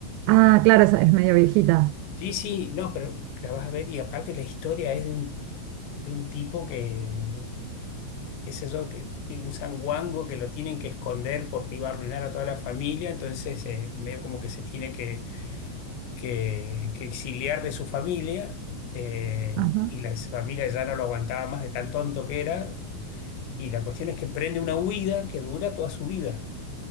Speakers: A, on the right; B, on the left.
A: Ah, claro, esa es medio viejita.
B: Sí, sí, no, pero la vas a ver. Y aparte la historia es de un, de un tipo que, qué sé yo, que, que un sanguango que lo tienen que esconder porque iba a arruinar a toda la familia. Entonces, eh, medio como que se tiene que que, que exiliar de su familia eh,
A: Ajá.
B: y la familia ya no lo aguantaba más de tan tonto que era. Y la cuestión es que emprende una huida que dura toda su vida.